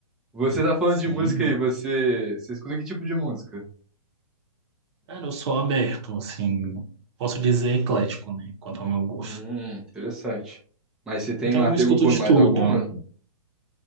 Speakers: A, in the centre; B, on the right.
A: Você tá falando
B: Sim,
A: de música aí, você, você escuta que tipo de música?
B: Cara, eu sou aberto, assim, posso dizer eclético, né, quanto ao meu gosto.
A: Hum, interessante. Mas você tem
B: Então
A: um apego
B: eu escuto
A: por
B: de
A: mais
B: tudo.
A: alguma?